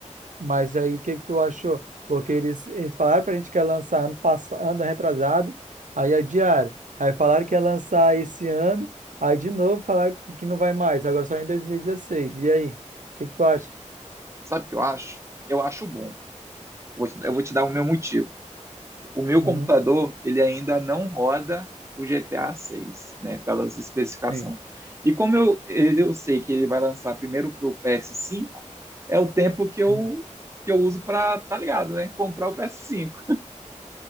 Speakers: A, on the right; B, on the right.
A: Mas aí, o que que tu achou? Porque eles, eles falaram pra gente que ia lançar ano, passado, ano retrasado, aí adiaram. Aí falaram que ia lançar esse ano, aí de novo falaram que não vai mais, agora só em dois mil E dezesseis. E aí, o que que tu acha?
B: sabe o que eu acho? Eu acho bom. Vou te- Eu vou te dar o meu motivo. O meu
A: Uhum,
B: computador, ele ainda não roda o GTA 6, né, pelas especificações.
A: sim.
B: E como eu, ele- eu sei que ele vai lançar primeiro para o PS5, é o tempo que eu,
A: Hum.
B: que eu uso para, tá ligado, né, comprar o PS5.